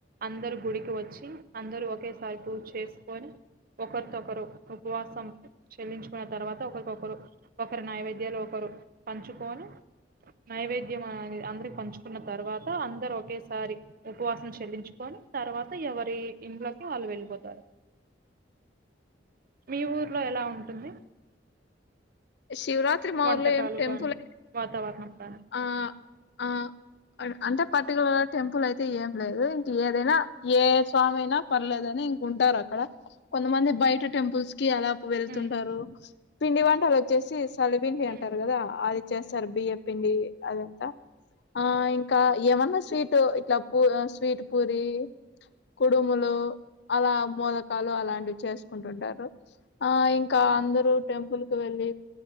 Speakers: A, on the right; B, on the left.
A: అందరు గుడికి వచ్చి అందరూ ఒకేసారి పూజ చేసుకొని ఒకరితోకరు ఉపవాసం చెల్లించుకున్న తర్వాత ఒకరు ఒకరు ఒకరి నైవేద్యాలు ఒకరు పంచుకొని నైవేద్యం అది అందరికి పంచుకున్న తర్వా త అందరు ఒకేసారి ఉపవాసం చెల్లించుకొని తర్వాత ఎవరి ఇంట్లోకి వాళ్ళు వెళ్ళిపోతారు మీ ఊర్లో ఎలా ఉంటుంది
B: శివరాత్రి మ
A: వంటకాలు
B: ఊర్లో ఏం టెంపుల్
A: కానీ వాతావరణం కానీ
B: ఆ ఆ అన్ అంటే పర్టికులర్ టెంపుల్ అయితే ఏం లేదు ఇంక ఏదైనా ఏ స్వామి అయినా పర్లేదని ఇంక ఉంటారు అక్కడ కొంతమంది బయట టెంపుల్స్ కి అలా వెళ్తుంటారు
A: ఉమ్,
B: పిండి వంటలు చేసి సలి పిండి
A: ఉమ్.
B: అంటారు కదా అది చేస్తారు బియ్య పిండి అదంతా ఆ ఇంకా ఏమన్నా స్వీట్ ఇట్లా పూ స్వీట్ పూరి కుడుములు అలా మొలకాలు అలాంటివి చేసుకుంటుంటారు ఆ ఇంకా అందరు టెంపుల్ కు వెళ్ళి